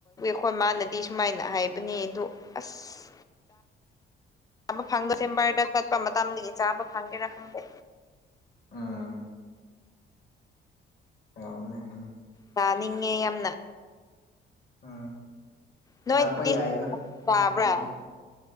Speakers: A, on the left (about 20°); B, on the left (about 55°).
A: ꯈꯣꯏ ꯃꯥꯅꯗꯤ ꯁꯨꯃꯥꯏꯅ ꯍꯥꯏꯕꯅꯦ ꯑꯗꯨ ꯑꯁ ꯆꯥ ꯐꯪꯗ ꯆꯕꯥꯔꯗ ꯆꯠꯄ ꯃꯇꯝꯗꯒꯤ ꯆꯥꯕ ꯐꯪꯒꯦꯔꯥ ꯈꯪꯗꯦ
B: ꯎꯝ ꯍꯅꯦ
A: ꯀꯅꯤꯉꯦ ꯌꯥꯝꯅ
B: ꯎꯝ
A: ꯅꯣꯏꯗꯤ
B: ꯂꯥꯛꯄ ꯌꯥꯏꯕ ꯅꯪ
A: ꯆꯥꯕ꯭ꯔꯥ
B: ꯅꯪꯒꯤꯁꯨ